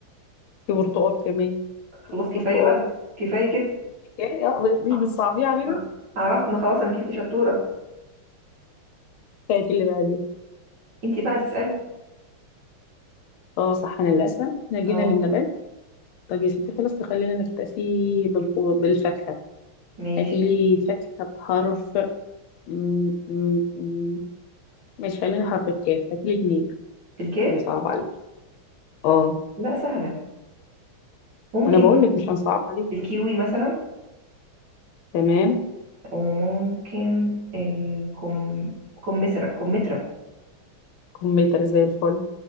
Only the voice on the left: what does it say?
في برتقال كمان
برتقال
يا- يا- مش
بتصعبيه علينا
كانت اللي بعديها
اه صح انا اللي اسال احنا جينا
للنبات طب يا ستي خلاص تخلينا نكتفي بالخضر بالفاكهه
هاتيلي فاكهه بحرف م- م- م- مش خلينا حرف الكاف هاتيلي اتنين
مش هنصعب عليك اه
انا بقول لك مش هنصعب عليك
تمام
كمبيوتر زي الفل